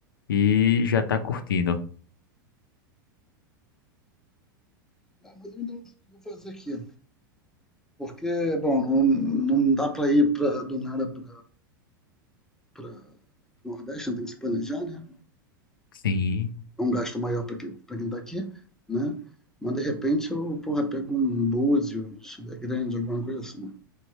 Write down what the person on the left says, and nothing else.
e já tá curtindo.
Sim.